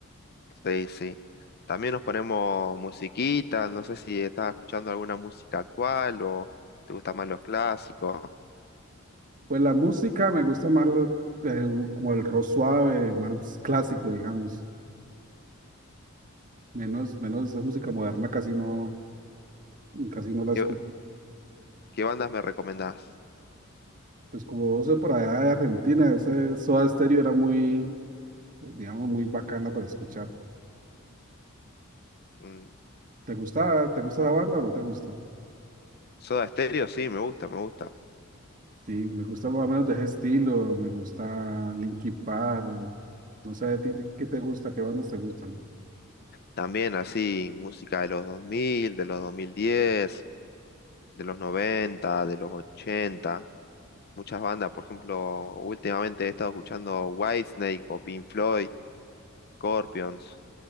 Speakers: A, on the left (about 50°); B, on the right (about 40°).
A: Sí, sí. También nos ponemos musiquita, no sé si estás escuchando alguna música actual o te gustan más los clásicos.
B: Pues la música me gusta más lo- el- como el rock suave, más clásico, digamos, menos, menos esa música moderna casi no, casi no la
A: ¿Qué,
B: escucho.
A: qué bandas me recomendás?
B: Pues como vos de por allá de Argentina, ese Soda Stereo era muy, eh, digamos, muy bacana para escuchar.
A: Mm,
B: ¿Te gusta, te gusta esa banda o no te gusta?
A: Soda Stereo, sí, me gusta, me gusta.
B: Sí, me gusta más o menos de ese estilo, me gusta Linkin Park, no sé, ¿a ti qué te gusta? ¿Qué bandas te gustan?
A: También así, música de los dos mil de los dos mil diez de los noventa de los ochenta Muchas bandas, por ejemplo, últimamente he estado escuchando Whitesnake o Pink Floyd, Scorpions.